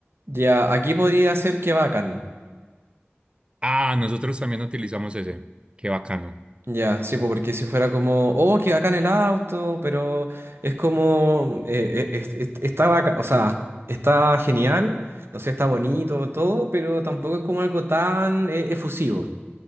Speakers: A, on the right; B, on the right.
A: ya, aquí podría ser que bacán,
B: Ah, nosotros también utilizamos ese. Qué bacano.
A: ya, sí, po, porque si fuera como, oh, que bacán el auto, pero es como, eh, eh, es- es- está bacán, o sea, está genial, no sé, está bonito, todo, pero tampoco es como algo tan eh, efusivo.